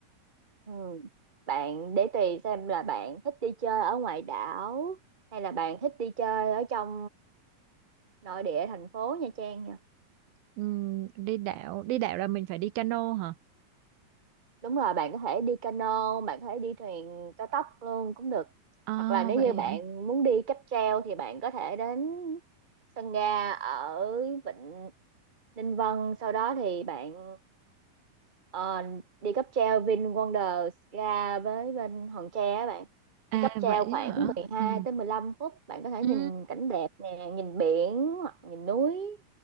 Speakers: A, on the right; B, on the right.
A: ừ. bạn để tùy xem là bạn thích đi chơi ở ngoài đảo hay là bạn thích đi chơi ở trong nội địa thành phố Nha Trang nha
B: Ừm, đi đảo đi đảo là mình phải đi cano hả
A: đúng rồi bạn có thể đi cano bạn có thể đi thuyền cao tốc luôn cũng được
B: à
A: hoặc là nếu
B: vậy
A: như
B: hả
A: bạn muốn đi cáp treo thì bạn có thể đến sân ga ở Vịnh Ninh Vân sau đó thì bạn Ờ, đi cáp treo VinWonders ra với bên Hòn Tre á bạn
B: à
A: đi cáp treo
B: vậy
A: khoảng
B: á hả
A: 12
B: ừ
A: tới 15 phút bạn có thể
B: Ừ.
A: nhìn cảnh đẹp nè nhìn biển hoặc nhìn núi